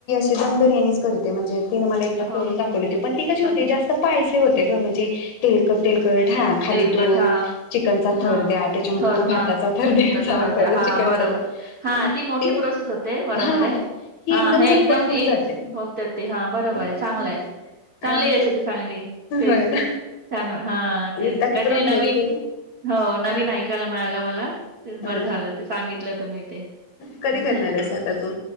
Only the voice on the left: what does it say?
ते दम बिर्याणीच करते म्हणजे तिनं मला एकदा
करून दाखवली होती पण ती कशी
होती जास्त पायसे होते ग म्हणजे तेलकट तेलकट हा खाली
तो
चिकनचा
थर द्या त्याच्यानंतर
तू
भाताचा तर द्यायचा
परत
चिकनचा
मग
ते
हा.
ही
झटपट
होऊन
जाते
आणि
ते
होय ना
एकदा करून बघ
हा
होय ना
कधी
करणार आहेस आता तू